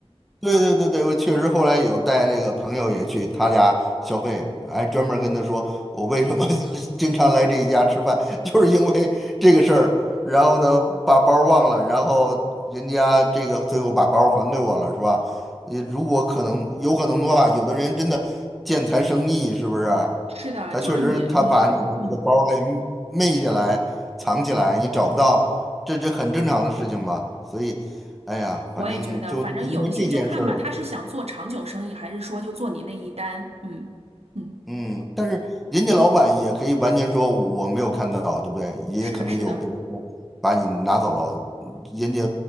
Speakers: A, in the centre; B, on the right.
A: 对对对对，我确实后来有带那个朋友也去他家消费，还专门跟他说我为什么 <laughs> 经常来这一家吃饭，<laughs> 就是因为这个事儿。然后呢，把包忘了，然后人家这个最后把包还给我了，是吧？你如果可能，有可能的话，有的人真的见财生意，是不是啊？
B: 是的，
A: 他确实他把你的这个包给昧下来、
B: 就是你你嗯，
A: 藏起来，你找不到，这这很正常的事情吧？所以。哎呀，
B: 我也觉得，
A: 反正就因为这件事儿，
B: 反正有一些就看吧，他是想做长久生意，还是说就做你那一单？嗯嗯，
A: 嗯，但是人家老板也可以完全说我没有看到，对不对？也可能有别的人把你拿走了，
B: 是的，是的，
A: 嗯人家